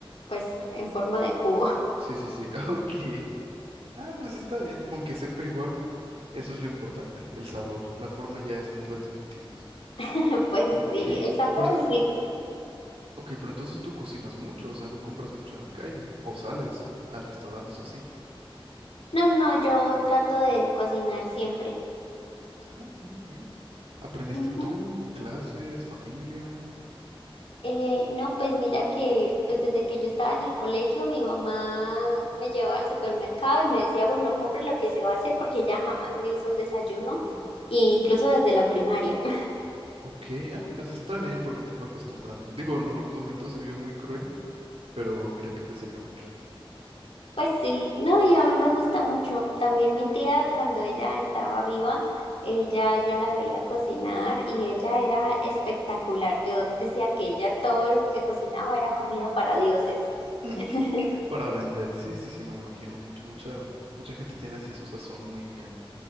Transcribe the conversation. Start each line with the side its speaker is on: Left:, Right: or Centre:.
Left: pues en forma de cubo.
Right: Sí, sí, sí. <laughs> Ok. Ah, pues está bien. Con que sepa igual, eso es lo importante, el sabor. La forma ya después la discutimos.
Left: <laughs> Pues
Right: Ok,
Left: sí, el sabor
Right: pero,
Left: es rico.
Right: ok, pero entonces tú cocinas mucho, o sea, no compras mucho en la calle, o sales a restaurantes o así.
Left: No, no, yo trato de cocinar siempre.
Right: Ah, muy bien. ¿Aprendiste
Left: Ujú.
Right: tú, clases, familia?
Left: Eh, no, pues mira que pues desde que yo estaba en el colegio, mi mamá me llevaba al supermercado y me decía, bueno, compre lo que se va a hacer porque ella jamás me hizo un desayuno,
Right: Mm.
Left: e incluso desde la primaria. <laughs>
Right: Ok, ah, pues está bien porque te fue acostumbrando. <laughs> Digo, a lo mejor en su momento se vio muy cruel, pero mira que te sirvió mucho.
Left: Pues sí, no, y a mí me gusta mucho. También mi tía, cuando ella estaba viva, ella, yo la veía cocinar y ella era espectacular. Yo decía que ella todo lo que cocinaba era comida para dioses.
Right: <laughs>
Left: <laughs>
Right: Para vender. Sí, sí, sí, no me imagino. Mucho, mucha, mucha gente tiene así su sazón muy bien.